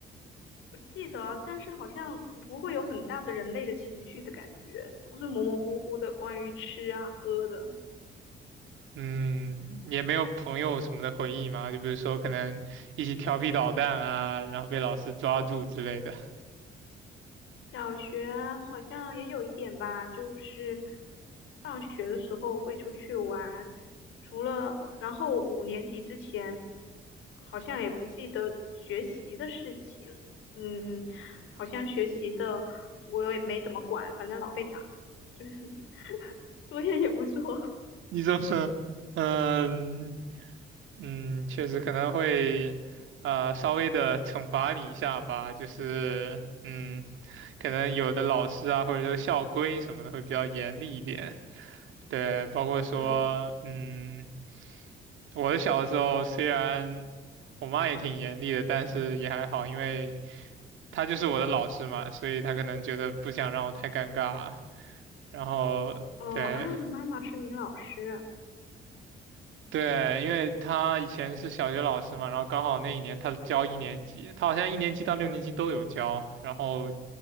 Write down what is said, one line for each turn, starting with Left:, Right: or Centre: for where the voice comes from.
Left: 我记得啊，但是好像不会有很大的人类的情绪的感觉，都是模模糊糊的，关于吃啊喝的。
Right: 嗯，也没有朋友什么的回忆吗？就比如说可能一起调皮捣蛋啊，然后被老师抓住之类的。
Left: 小学好像也有一点吧，就是放学的时候会出去玩，除了，然后五年级之前好像也不记得学习的事情，嗯，好像学习的我也没怎么管，反正老被打，就 <laughs> 是作业也不做，
Right: 你怎么，嗯嗯，确实可能会，呃，稍微的惩罚你一下吧，就是，嗯，可能有的老师啊，或者说校规什么的会比较严厉一点，对，包括说，
Left: 嗯，
Right: 嗯，我的小的时候虽然我妈也挺严厉的，但是也还好，因为她就是我的老师嘛，所以她可能觉得不想让我太尴尬，然后对。
Left: 哦啊，你妈妈是你老师，
Right: 对，因为他以前是小学老师嘛，然后刚好那一年他教一年级，他好像一年级到六年级都有教，然后